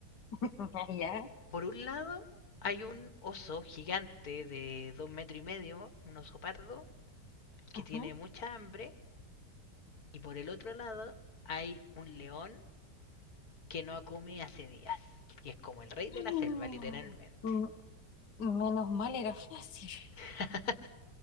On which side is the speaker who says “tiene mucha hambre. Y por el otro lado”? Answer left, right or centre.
Left